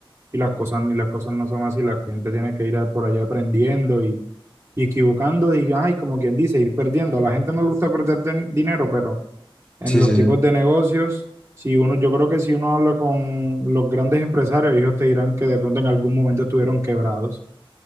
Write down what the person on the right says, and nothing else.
y las cosas, y las cosas no son así, la gente tiene que ir a- por ahí aprendiendo y, y equivocando, diga, ay, como quien dice, ir perdiendo. A la gente no le gusta perder den- dinero, pero en
los
tipos
de negocios, si uno, yo creo que si uno habla con los grandes empresarios, ellos te dirán que de pronto en algún momento estuvieron quebrados